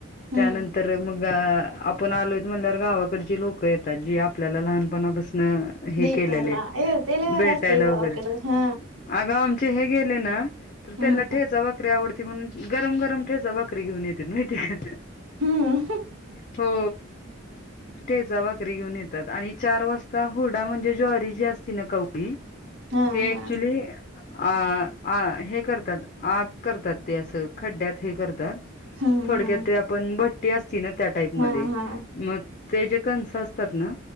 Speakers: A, on the right; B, on the left.
A: हम्म
B: त्यानंतर मग ग आपण आलोयत म्हणल्या गावाकडची लोकं येतात जी आपल्याला लहानपणापासन ह हे
A: भेटायला
B: केल्याले,
A: ये ते लय भारी
B: भेटायला
A: असतय गावाकडं
B: वगैरे
A: हा
B: अगं आमचे हे गेले ना तर
A: हम्म
B: त्यांना ठेचा भाकरी आवड ती म्हणून गरम गरम ठेचा भाकरी घेऊन येते माहतीये
A: हम्म
B: का हो ठेचा भाकरी घेऊन येतात आणि चार वाजता हुरडा म्हणजे ज्वारी जी असती ना कवळी
A: हा
B: ते
A: हा
B: ऍक्चुली अ आ हे करतात आग करतात ते असं खड्ड्यात हे करतात
A: हम्म
B: थोडक्यात
A: हम्म
B: ते आपण भट्टी असती ना त्या टाईप मध्ये
A: हा हा
B: मग ते जे कण सं असतात ना